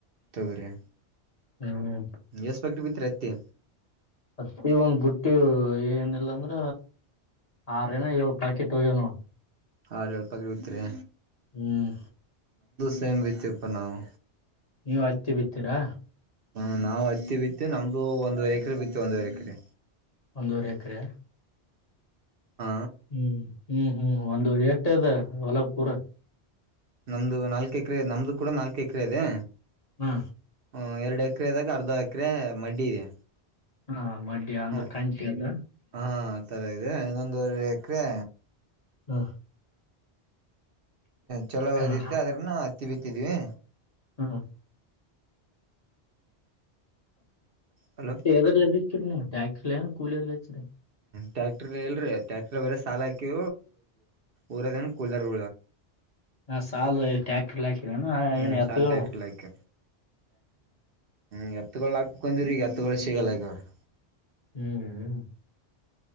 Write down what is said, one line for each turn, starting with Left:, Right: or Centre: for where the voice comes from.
Right: ತುಗ್ರಿ
Left: ಹ್ಮ್
Right: ಎಸ್ ಬಕ್ ಬಿತ್ ರೀ ಅತ್ತಿ.
Left: ಅತ್ತಿ ಒಂದ್ ಬುಟ್ಟಿ ಏನಿಲ್ಲ ಅಂದ್ರ ಆರ ಏನ ಏಳ್ ಪಾಕೆಟ್ ಹೋಗ್ಯವ ನೋಡು.
Right: ಹಾ ಎಲ್ಪಕ್ಕೆಗತ್ರಿ.
Left: ಹ್ಮ್
Right: ತಮ ಬಿತುಪ ನಾವು.
Left: ನೀವ್ ಹತ್ತಿ ಬಿತ್ತೀರಾ
Right: ಹ್ಮ ನಾವ್ ಹತ್ತಿ ಬಿತ್ತು ನಮ್ದು ಒಂದುವರೆ ಎಕರೆ ಬಿತ್ತು ಒಂದೂವರೆ ಎಕರೆ.
Left: ಒಂದುವರೆ ಎಕರೆ.
Right: ಹಾ
Left: ಹ್ಮ್ ಹ್ಮ್ ಹ್ಮ್ ಒಂದೂ ಎಷ್ಟ ಅದ ಹೊಲ ಪೂರ.
Right: ನಮ್ದು ನಾಲ್ಕ ಎಕರೆ ನಮ್ದು ಕೂಡ ನಾಲ್ಕು ಎಕರೆ ಇದೆ
Left: ಹಾ
Right: ಹೂ ಎರಡು ಎಕರೆದಾಗ ಅರ್ಧ ಎಕರೆ ಮಡ್ಡಿ ಇದೆ.
Left: ಹಾ ಮಡ್ಡಿ ಅಂದ್ರೆ
Right: ಹ
Left: ಕಂಚಿ ಅದ.
Right: ಹಾ ಆತರ ಇನ್ನೊಂದುವರೆ ಎಕ್ರೆ
Left: ಹಾ
Right: ಚಲೋ
Left: ಹಾ
Right: ಓದಿತ್ತ ಅದ್ರ ನ ಹತ್ತಿ ಬಿತ್ತಿದೀವಿ
Left: ಹಾ
Right: ಹಲೋ
Left: ಎದರ್ ಲೆ ಬಿತ್ತಿರಿ ನೀವು ಟ್ಯಾಕ್ಟರ ಲ ಕೂಲಿಯರ್ ಹಚ್ಚರಿ?
Right: ಟ್ಯಾಕ್ಟರ್ ಎಲ್ರಿ ಟ್ಯಾಕ್ಟರ್ ಬರ ಸಾಲ ಹಾಕಿ ಊರದ ಕೂಲ್ರ್ರ್
Left: ಹಾ ಸಾಲ ಟ್ಯಾಕ್ಟರ್ ಹಾಕರ
Right: ಹ್ಮ್
Left: ಏನು ಎತ್ತು
Right: ಸಾಲ್ ಟ್ಯಾಕ್ಟರ್ಲ್ ಹಾಕ ಹ್ಮ್ ಎತ್ಗಳು ಹಾಕಕೊಂಡವ್ರ ಈಗ ಎತ್ಗಳು ಸಿಗಲ್ಲಗ ಅವರಿ
Left: ಹ್ಮ್